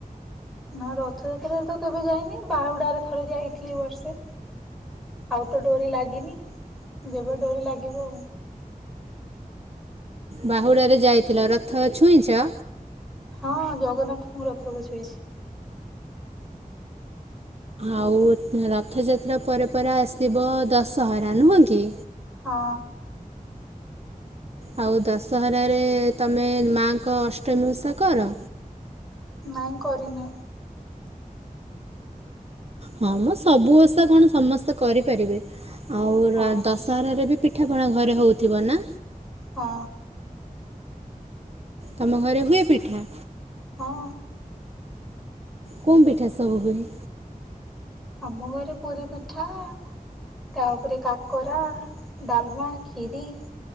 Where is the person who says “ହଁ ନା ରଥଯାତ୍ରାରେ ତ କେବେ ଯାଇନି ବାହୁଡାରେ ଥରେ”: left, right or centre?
Centre